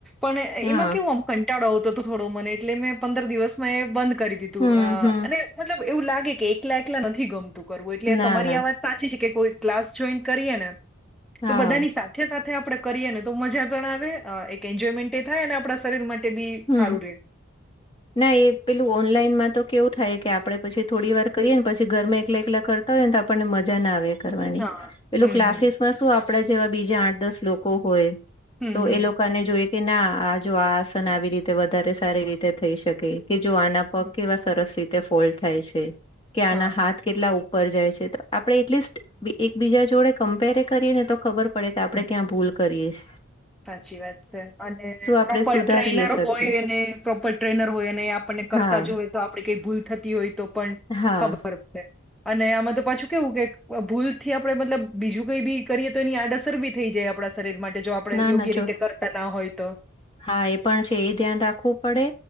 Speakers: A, in the centre; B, on the left.
A: પણ
B: હા
A: એમાં કેવું આમ કંટાળો આવતો તો થોડો મને એટલે મેં પંદર દિવસમાં એ બંધ કરી દીધું
B: હમ
A: અ
B: હમ
A: અને મતલબ એવું લાગે કે એકલા એકલા નથી ગમ તું કરવું એટલે
B: ના
A: તમારી
B: ના
A: આ વાત સાચી છે કે કોઈ ક્લાસ જોઈન કરીએ ને તો
B: હા
A: બધાની સાથે સાથે આપણે કરીએ ને તો મજા પણ આવે અ એક એન્જોયમેન્ટ એ થાય ને આપણા શરીર માટે બી
B: હમ
A: સારું રે
B: ના એ પેલું ઓનલાઈનમાં તો કેવું થાય કે આપડે પછી થોડી વાર કરીએ ને પછી ઘરમાં એકલા એકલા કરતા હોય ને તો આપણને મજા ના આવે એ કરવાની
A: હા
B: પેલું
A: હમ
B: ક્લાસીસ
A: હમ
B: માં શુ આપ આપડા જેવા બીજા આઠ દસ લોકો હોય
A: હમ
B: તો એ લોકાને જોઈ કે ના આ જો આ આસન આવી રીતે વધારે સારી રીતે થઈ શકે કે જો આના પગ
A: હમ
B: કેવા સરસ રીતે ફોલ્ડ થાય છે કે આના
A: હા હા
B: હાથ કેટલા ઉપર જાય છે તો આપડે એટલીસ્ટ એકબીજા જોડે કમ્પેરે કરીએ ને તો ખબર પડે કે આપડે
A: હમ
B: ક્યાં ભૂલ કરીએ છે
A: સાચી વાત છે અને
B: આપણે
A: પ્રોપર
B: સુધારીએ
A: ટ્રેનર
B: શકીએ
A: હોય અને પ્રોપર ટ ટનર હોય અને આપણને કરતા
B: હા
A: જોવે તો આપડી કઈ ભૂલ થતી હોય તો પણ
B: હા
A: ખબર પડે અને આમાં તો પાછું કેવું કે ભૂલ થી આપડે મતલબ બીજું કઈ બી કરીએ તો એની આડઅસર બી થઈ જે આપણા શરીર માટે જો આપડે
B: ના
A: યોગ્ય
B: ના ચો
A: રીતે કરતા ના હોય તો
B: હા એ પણ છે એ ધ્યાન રાખવું પડે